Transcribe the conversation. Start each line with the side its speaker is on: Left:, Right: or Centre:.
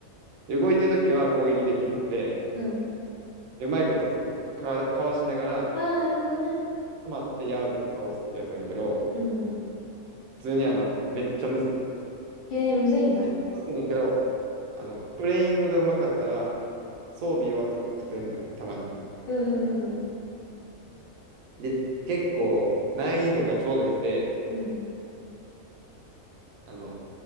Right: で動いてる時は攻撃できへんくて、
Left: うん。
Right: うまいことか、かわしながら
Left: ああ、なるほどね。
Right: 止まって矢打って倒すってやつやねんけど、
Left: うんうん。
Right: 普通にあの、めっちゃむずい。む
Left: へえ、むずいんだ。
Right: ずいねんけど、あの、プレイングがうまかったら、装備弱くても勝てんねん、たまに。
Left: うんうん
Right: で、結構難易度がちょうどよくて、
Left: うん、
Right: あの、